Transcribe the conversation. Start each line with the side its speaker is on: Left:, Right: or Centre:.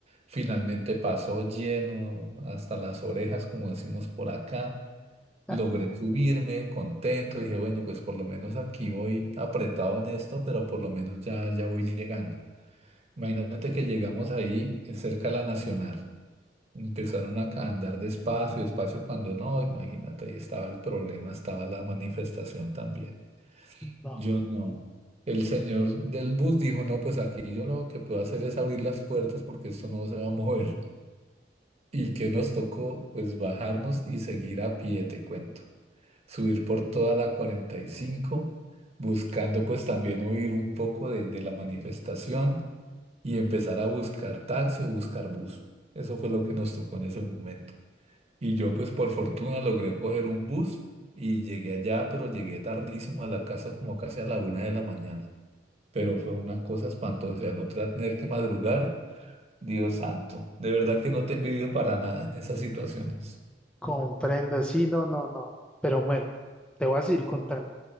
Right: Finalmente pasó lleno hasta las orejas, como decimos por acá.
Centre: <laughs>
Right: Logré subirme contento. Dije, bueno, pues por lo menos aquí voy apretado en esto, pero por lo menos ya, ya voy llegando. Imagínate que llegamos ahí eh, cerca de la Nacional. Empezaron a ca- andar despacio, despacio cuando no, imagínate, ahí estaba el problema, estaba la manifestación también.
Centre: No,
Right: Yo no. El señor del bus dijo, no, pues aquí yo lo que puedo hacer es abrir las puertas porque esto no se va a mover. Y que nos tocó, pues bajarnos y seguir a pie, te cuento. Subir por toda la 45 buscando pues también huir un poco de, de la manifestación y empezar a buscar taxi o buscar bus. Eso fue lo que nos tocó en ese momento. Y yo pues por fortuna logré coger un bus y llegué allá, pero llegué tardísimo a la casa como casi a la una de la mañana pero fue una cosa espantosa. y Al otro día tener que madrugar, Dios santo. De verdad que no te envidio para nada en esas situaciones.
Centre: comprendo, sí, no, no, no. Pero bueno, te voy a seguir contando.